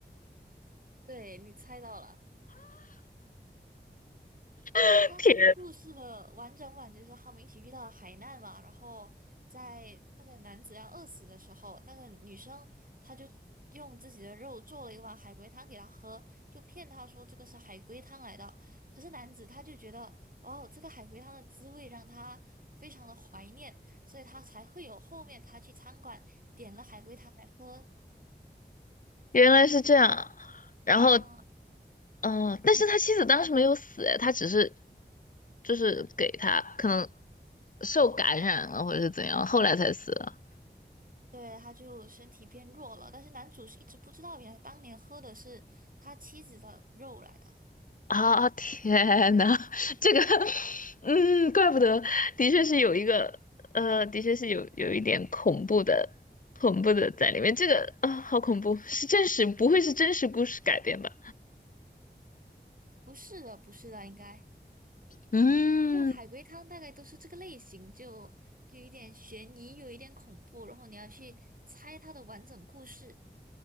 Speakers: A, on the right; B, on the left.
A: 对，你猜到了。
B: <laughs>
A: 他这个故事的完整版就是他们一起遇到了海难嘛，
B: 天。
A: 然后在那个男子要饿死的时候，那个女生她就用自己的肉做了一碗海龟汤给他喝，就骗他说这个是海龟汤来的。可是男子他就觉得，哦，这个海龟汤的滋味让他非常的怀念，所以他才会有后面他去餐馆点了海龟汤来喝。
B: 原来是这样，然后，
A: 嗯嗯嗯
B: 嗯，但是他妻子当时没有死，他只是就是给他可能受感染了或者是怎样，后来才死了。
A: 对，他就身体变弱了，但是男主是一直不知道，原来当年喝的是他妻子的肉来的，
B: 啊、天呐，<laughs> 这个，嗯，怪不得，的确是有一个，呃，的确是有有一点恐怖的，恐怖的在里面。这个啊、好恐怖，是真实，不会是真实故事改编吧？
A: 不是的，不是的，应该
B: 嗯，
A: 就海龟汤大概都是这个类型，就就有一点悬疑，有一点恐怖，然后你要去猜它的完整故事。